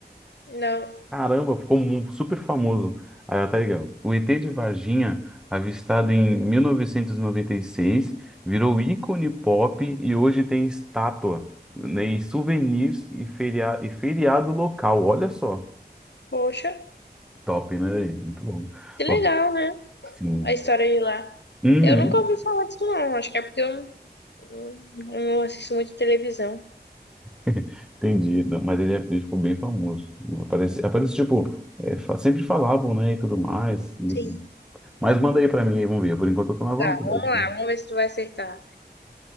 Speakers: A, on the left; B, in the centre.
A: Não.
B: Caramba, ficou mu- super famoso. Aí, ó, tá ligado? O ET de Varginha, avistado em 1996, virou ícone pop e hoje tem estátua, né, e souvenirs e, feria, e feriado local. Olha só.
A: Poxa,
B: Top, né? Muito bom.
A: que legal,
B: Ó,
A: né?
B: sim.
A: A história de lá.
B: Uhum.
A: Eu nunca ouvi falar disso, não. Acho que é porque eu, eu não assisto muito televisão.
B: <laughs> Entendi, Não, mas ele, é- ele ficou bem famoso. Aparece, aparece tipo, é, fa- sempre falavam, né, e tudo mais.
A: Sim.
B: Mas manda aí pra mim, aí, vamos ver. Por enquanto eu tô na vontade.
A: Tá, vamos lá. Vamos ver se tu vai acertar.